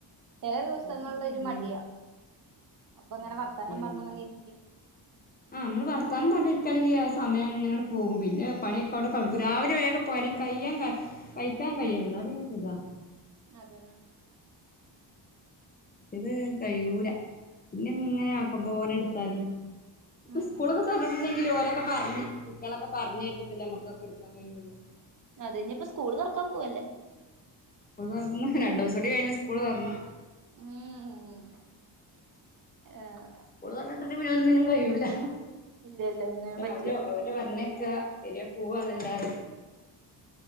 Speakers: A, on the right; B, on the left.
A: ചെല ദിവസങ്ങളിലൊരു
B: ചുമ്മാ അങ്ങനെ ഇരുന്നുല്ലേ
A: മടിയാ. അപ്പൊ
B: ആ
A: ങ്ങനെ വർത്താനം
B: മടിയാണ്
A: പർഞ്ഞ്ങ്ങനെ ഇര്ക്കും.
B: ആ മ്മള് വർത്താനം പറഞ്ഞിരിക്കാണെങ്കി ആ സമയങ്ങനണ് പോകും. പിന്നെ പണിഒക്കെ അവുടെ കട്ക്കും. രാവിലെ വേഗം പണി <unintelligible> കയിക്കാൻ കയ്യണം. ന്നാ പിന്നെ സുഖാ.
A: അതെന്നെ.
B: ന്നത്
A: പിന്നെ
B: കഴൂല. പിന്നെങ്ങനെ ആക്കമ്പോലെട്ത്താല്. പ്പൊ
A: ഉം
B: സ്കൂളൊക്കെ
A: ഉം
B: തൊർന്ന്ട്ട്ണ്ടെങ്കില് ഓലൊക്കെ പറഞ് കുട്ട്യാളക്കെ പർഞ്ഞേച്ച്ട്ടല്ലെ അമ്മക്കൊക്കെട്ക്കാൻ കയ്യുള്ളു.
A: അതെ ഇഞ്പ്പൊ സ്കൂള് തൊറക്കാൻ പോവല്ലേ.
B: സ്കൂള് തൊറന്ന്. രണ്ടൂസൂടി കഴിഞ്ഞ സ്കൂള് തൊറന്ന്.
A: ഉം ഉം ആഹ്.
B: സ്കൂള് തൊർന്ന്ട്ട്ണ്ടെ പിന്നൊന്നിനും കയ്യൂല.
A: ഇല്ല ഇല്ല ഒന്നിനും
B: രാവിലെ
A: പറ്റില്ല
B: <unintelligible> പറഞ്ഞേക്കാ, വര് പോവാ ന്നല്ലാതെ.